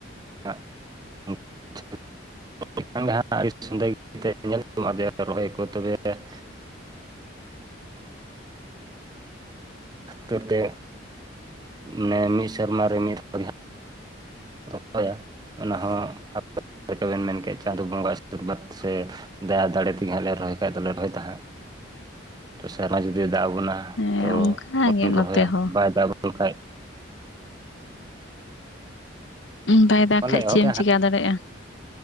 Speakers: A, on the right (about 20°); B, on the left (about 70°).
A: <inaudible>
B: <inaudible>
A: <unintelligible> ᱨᱚᱦᱚᱭ ᱠᱚ ᱛᱚᱵᱮᱻ <unintelligible> ᱠᱷᱟᱹᱛᱤᱨ ᱛᱮ ᱢᱟᱱᱮ ᱢᱤᱫ ᱥᱮᱨᱢᱟ ᱨᱮ ᱢᱤᱫ ᱫᱷᱟᱣ ᱞᱮ ᱦᱳᱭᱟ ᱚᱱᱟ ᱦᱚᱸ ᱟᱵᱮᱱ ᱢᱮᱱ ᱠᱮᱫ ᱪᱟᱸᱫᱚ ᱵᱚᱸᱜᱟ ᱟᱥᱤᱨᱵᱟᱫᱽ ᱥᱮ ᱫᱟᱭ ᱫᱟᱲᱮ ᱛᱮᱜᱮ ᱦᱟᱸᱜ ᱞᱮ ᱨᱚᱦᱚᱭ ᱠᱷᱟᱡ ᱫᱚᱞᱮ ᱨᱚᱦᱚᱭ ᱛᱟᱦᱮᱸ ᱦᱟᱸᱜ ᱛᱚ ᱥᱮᱨᱢᱟ ᱡᱩᱫᱤ ᱫᱟᱜ ᱟ ᱵᱚᱱᱟ᱾
B: ᱦᱮᱸ
A: ᱛᱚ
B: ᱚᱱᱠᱟᱜᱮ
A: ᱵᱟᱵᱚᱱ
B: ᱱᱚᱛᱮ
A: ᱨᱚᱦᱚᱭᱟ
B: ᱦᱚᱸ
A: ᱵᱟᱭ ᱫᱟᱜ ᱵᱩᱱ ᱠᱷᱟᱡ᱾
B: ᱵᱟᱭ ᱫᱟᱜ
A: ᱵᱟᱞᱮ
B: ᱠᱷᱟᱡ
A: ᱮᱦᱚᱵ
B: ᱪᱮᱫ ᱮᱢ
A: ᱠᱮᱭᱟ
B: ᱪᱮᱠᱟ
A: ᱦᱟᱸᱜ
B: ᱫᱟᱲᱮᱭᱟᱜᱼᱟ᱾